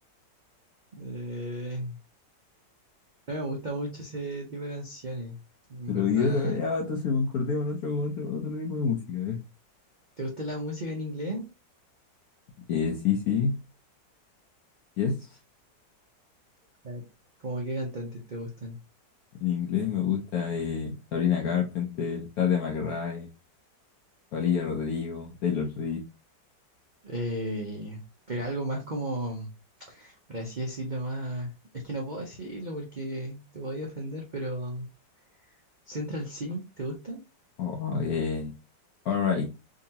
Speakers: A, on the right; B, on the left.
A: Eh, no me gusta mucho ese tipo de canciones, en
B: Pero
A: verdad.
B: y otro, ya, entonces concordemos en otro, otro, otro tipo de música, ¿eh?
A: ¿Te gusta la música en inglés?
B: Eh, sí, sí, yes.
A: A ver, ¿cómo qué cantantes te gustan?
B: En inglés me gusta eh, Sabrina Carpenter, Tata McRae, Olivia Rodrigo, Taylor Swift.
A: Eh, pero algo más como... Por así decirlo más. Es que no puedo decirlo porque te podía ofender, pero. Central C, ¿te gusta?
B: Oh, eh, alright.